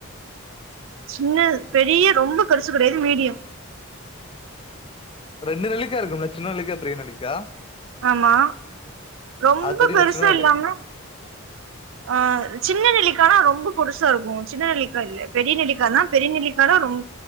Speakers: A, on the right (about 65°); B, on the left (about 25°).
A: சின்னது பெரிய ரொம்ப பெருசு கெடையாது மீடியம்
B: ரெண்டு நெல்லிக்கா இருக்கும்ல சின்ன நெல்லிக்கா பெரிய நெல்லிக்கா
A: ஆமா ரொம்ப
B: அது தெரியுமா
A: பெருசு
B: சின்ன நெல்லி
A: இல்லாம ஆ சின்ன நெல்லிக்கானா ரொம்ப பொடுசா இருக்கு சின்ன நெல்லிக்கா இல்ல பெரிய நெல்லிக்கா தா பெரிய நெல்லிக்கா தா ரொம்